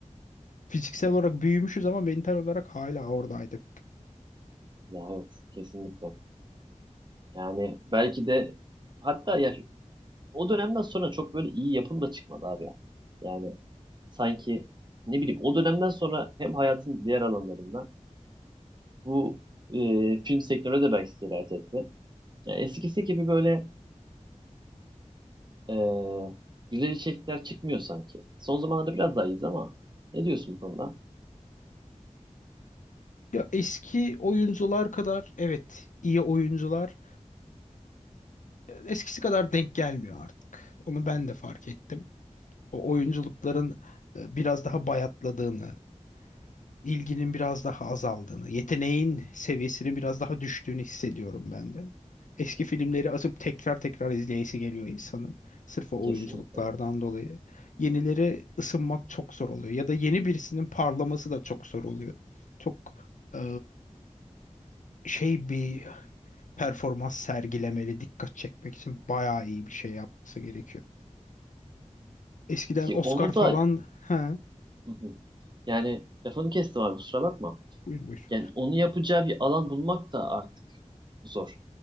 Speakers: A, on the left (about 80°); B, on the right (about 35°).
A: Fiziksel olarak büyümüşüz ama mental olarak hala oradaydık.
B: Ya evet kesinlikle. Yani belki de hatta ya o dönemden sonra çok böyle iyi yapım da çıkmadı abi ya. Yani sanki ne bileyim o dönemden sonra hem hayatın diğer alanlarında bu e, film sektörüne de belki sirayet etti. Yani eskisi gibi böyle e, güzel içerikler çıkmıyor sanki. Son zamanlarda biraz daha iyiyiz ama ne diyorsun bu konuda?
A: Ya eski oyuncular kadar evet iyi oyuncular e, eskisi kadar denk gelmiyor artık. Onu ben de fark ettim. o oyunculukların e, biraz daha bayatladığını, ilginin biraz daha azaldığını, yeteneğin seviyesinin biraz daha düştüğünü hissediyorum ben de. Eski filmleri atıp tekrar tekrar izleyesi geliyor insanın. Sırf o
B: Kesinlikle.
A: oyunculuklardan dolayı. Yenileri ısınmak çok zor oluyor. Ya da yeni birisinin parlaması da çok zor oluyor. Çok e, şey bir performans sergilemeli, dikkat çekmek için bayağı iyi bir şey yapması gerekiyor. Eskiden
B: Ki
A: Oscar
B: onu
A: falan...
B: da
A: He,
B: Hı hı. yani lafını kestim abi kusura bakma.
A: buyur buyur.
B: Yani onu yapacağı bir alan bulmak da artık zor.